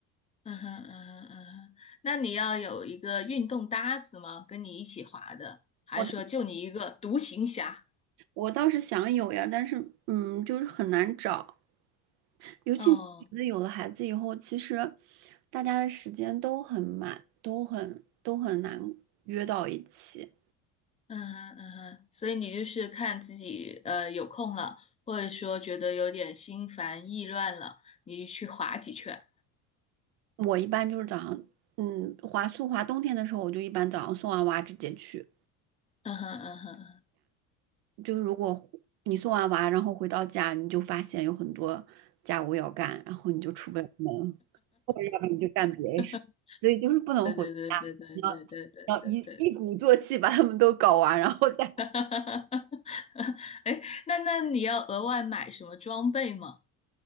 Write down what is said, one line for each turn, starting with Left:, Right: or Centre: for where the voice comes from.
Left: 嗯哼嗯哼嗯哼，那你要有一个运动搭子吗？跟你一起滑的，还是说就你一个独行侠？
Right: 我我倒是想有呀，但是嗯，就是很难找。尤其你觉得有了孩子以后，
Left: 哦，
Right: 其实大家的时间都很满，都很都很难约到一起。
Left: 嗯哼嗯哼，所以你就是看自己呃有空了，或者说觉得有点心烦意乱了，你就去滑几圈。
Right: 我一般就是早上，嗯，滑速滑冬天的时候，我就一般早上送完娃直接去。
Left: 嗯哼嗯哼，
Right: 就是如果回你送完娃，然后回到家，你就发现有很多家务要干，然后你就出不了门，或者要不然你就干别的事情，
Left: <laughs>
Right: 所以就是不能回家，
Left: 对对对对对对对对对对。
Right: 你要你要一一鼓作气把他们都搞完，然后再
Left: <laughs> 哎那那你要额外买什么装备吗？